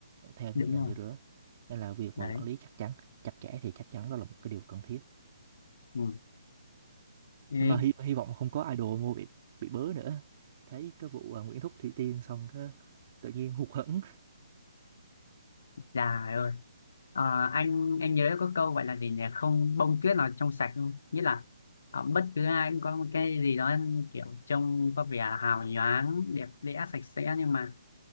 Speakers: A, on the right (about 40°); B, on the left (about 60°).
A: theo em
B: đúng
A: nghĩ là như
B: rồi
A: đó nên là việc
B: đấy
A: mà quản lý chắc chắn chặt chẽ thì chắc chắn đó là một cái điều cần thiết
B: ừ. Đấy.
A: nhưng mà hy, hy vọng không có idol mua bị bị bớ nữa thấy cái vụ à, Nguyễn Thúc Thủy Tiên xong cái tự nhiên hụt hẫng
B: Dạ ơi Ờ, anh anh nhớ có câu gọi là gì nhỉ không bông tuyết nào trong sạch không nghĩa là ờ, bất cứ ai cũng có một cái gì đó kiểu trông có vẻ hào nhoáng đẹp đẽ sạch sẽ nhưng mà